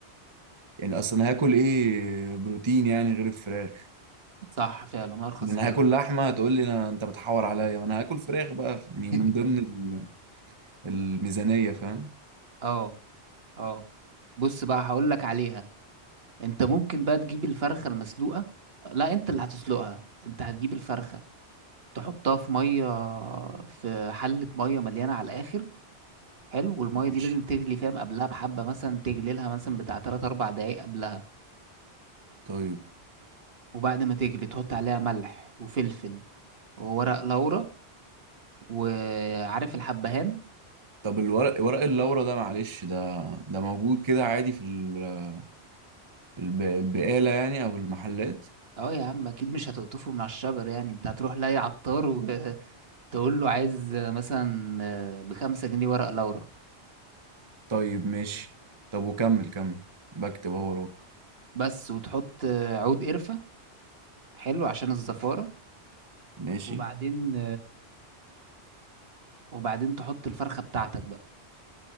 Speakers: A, on the right; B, on the right.
A: يعني اصل انا هاكل ايه بروتين يعني غير الفراخ
B: صح فعلا ارخص
A: يعني انا
B: حاجه
A: هاكل لحمة هتقول لي أنا- انت بتحور عليا ما انا هاكل فراخ بقى يعني
B: <laughs>
A: من ضمن ال- الميزانية فاهم
B: اه اه بص بقى هقول لك عليها انت ممكن بقى تجيب الفرخه المسلوقه لا انت اللي هتسلقها انت هتجيب الفرخه تحطها في ميه في حله ميه مليانه على الاخر حلو والمية
A: ماشي
B: دي لازم تغلي فاهم قبلها بحبة مثلا تغلي لها مثلا بتاع تلات أربع دقايق قبلها
A: طيب
B: وبعد ما تغلي تحط عليها ملح وفلفل وورق لورا وعارف الحبهان
A: طب الورق ورق اللورا ده معلش ده ده موجود كده عادي في ال- في الب- البقالة يعني أو المحلات
B: اه يا عم اكيد مش هتقطفه من على الشجر يعني انت هتروح لاي عطار وتقول له <laughs> عايز مثلا بخمسة جنيه ورق لورا
A: طيب ماشي طب وكمل كمل بكتب اهو وراك
B: بس وتحط عود قرفة حلو عشان الزفارة
A: ماشي
B: وبعدين وبعدين تحط الفرخة بتاعتك بقى